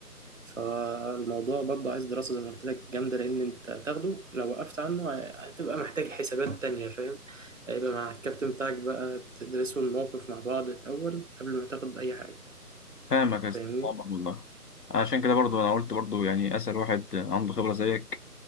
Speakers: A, on the right; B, on the left.
A: فالموضوع برضه عايز دراسة زي ما قلت لك جامدة لأن أنت تاخده لو وقفت عنه هتبقى محتاج حسابات تانية فاهم هيبقى مع الكابتن بتاعك بقى تدرسوا الموقف مع بعض الأول قبل ما تاخد أي حاجة
B: فاهمك يا اسطى
A: فاهمني
B: فاهمك والله عشان كده برضو انا قلت برضو يعني اسال واحد عنده خبره زيك